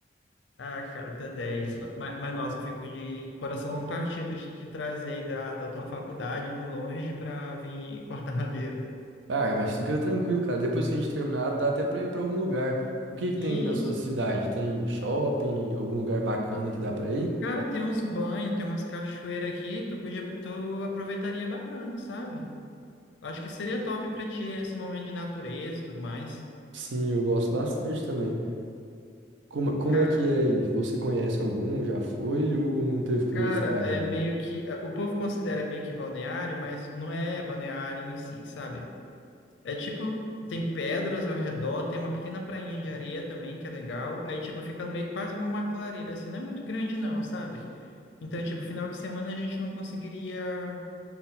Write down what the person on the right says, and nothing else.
Ah, mas fica tranquilo, cara. Depois que a gente terminar, dá até pra ir pra algum lugar. O que que
tem na sua cidade? Tem shopping, algum lugar bacana que dá pra ir?
Sim, eu gosto bastante também. Como, como
é que é aí? Você conhece algum? Já foi ou não teve curiosidade
ainda?